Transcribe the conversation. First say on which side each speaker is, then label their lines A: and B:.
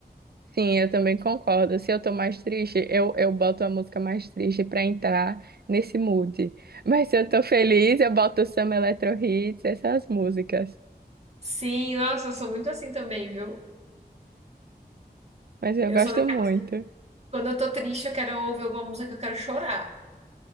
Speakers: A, on the right; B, on the right.
A: Sim, eu também concordo. Se eu tô mais triste, eu, eu boto a música mais triste para entrar nesse mood. Mas se eu tô feliz, eu boto samba, eletro hits, essas músicas.
B: Sim, nossa, eu sou muito assim também, viu?
A: Mas eu
B: Eu
A: gosto
B: sou daquelas
A: muito.
B: que, quando eu tô triste, eu quero ouvir alguma música que eu quero chorar.